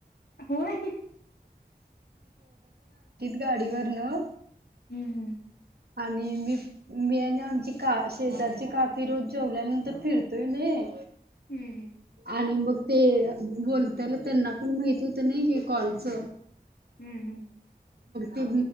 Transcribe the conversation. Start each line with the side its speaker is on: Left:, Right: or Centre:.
Left: होय
Right: गाडीवर न
Left: हम्म
Right: आणि मी मी आणि आमची का शेजारची कापी रोज जेवल्यानंतर फिरतोय नाही
Left: हम्म
Right: आणि मग ते बोलताना त्यांना पण माहित होत नाही हे कॉलच
Left: हम्म
Right: ते